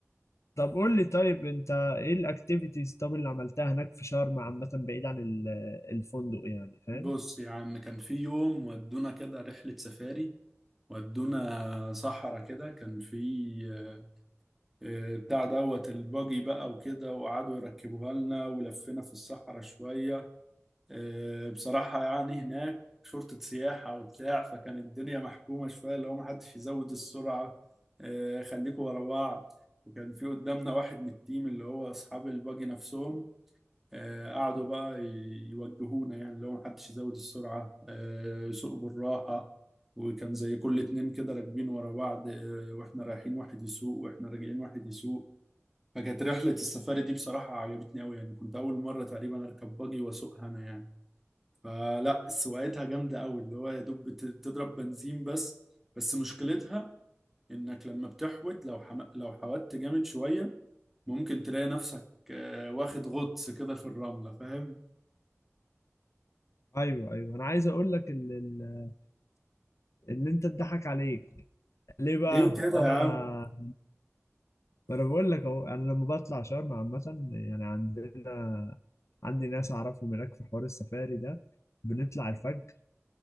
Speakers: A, on the left (about 70°); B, in the centre.
A: طب قول لي طيب انت ايه الاكتيفيتيز طب اللي عملتها هناك في شرم عامة بعيد عن ال- الفندق يعني فاهم
B: بص يا عم كان في يوم ودونا كده رحلة سفاري ودونا صحرا كده كان في آه، آه، بتاع دوت الباجي بقى وكده وقعدوا يركبوها لنا ولفينا في الصحراء شوية آه، بصراحة يعني هناك شرطة سياحة وبتاع فكان الدنيا محكومة شوية اللي هو محدش يزود السرعة آه، خليكوا ورا بعض وكان في قدامنا واحد من التيم اللي هو أصحاب الباجي نفسهم آه، قعدوا بقى ي- يوجهونا يعني اللي هو محدش يزود السرعة آه، سوق بالراحة وكان زي كل اتنين كده راكبين ورا بعض آه، واحنا رايحين واحد يسوق واحنا راجعين واحد يسوق فكانت رحلة السفاري دي بصراحة عجبتني أوي يعني كنت أول مرة تقريبا أركب باجي وأسوقها أنا يعني فلا سواقتها جامدة قوي اللي هو يا دوب بت- بتضرب بنزين بس بس مشكلتها انك لما بتحود لو حم... لو حودت جامد شوية ممكن تلاقي نفسك آه، واخد غطس كده في الرملة فاهم
A: ايوه ايوه انا عايز اقول لك ال- ال- اللي انت اتضحك عليك ليه بقى
B: ليه كده
A: انا
B: يا عم
A: ما انا بقول لك اهو انا لما بطلع شرم عامه يعني عندنا عندي ناس اعرفهم هناك في حوار السفاري ده بنطلع الفجر